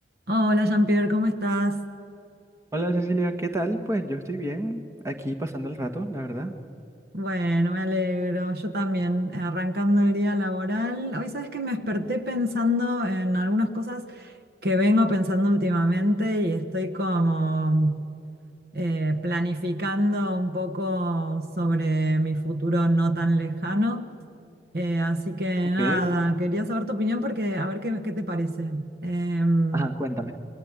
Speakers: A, on the right; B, on the right.
A: Hola Jean-Pierre, ¿cómo estás?
B: Hola Cecilia, ¿qué tal? Pues yo estoy bien, aquí pasando el rato, la verdad.
A: Bueno, me alegro. Yo también, eh, arrancando el día laboral. Hoy sabes que me desperté pensando en algunas cosas que vengo pensando últimamente y estoy como eh, planificando un poco sobre mi futuro no tan lejano. Eh, así que
B: Ok,
A: nada, quería saber tu opinión porque a ver qué, qué te parece. Em,
B: ajá, cuéntame.